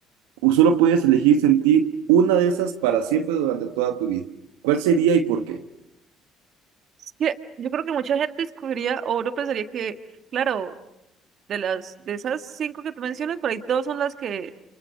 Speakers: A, on the right; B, on the right.
A: O solo puedes elegir sentir una de esas para siempre durante toda tu vida. ¿Cuál sería y por qué?
B: Es que Yo creo que mucha gente escogería o uno pensaría que, claro, de las de esas cinco que tú mencionas, por ahí dos son las que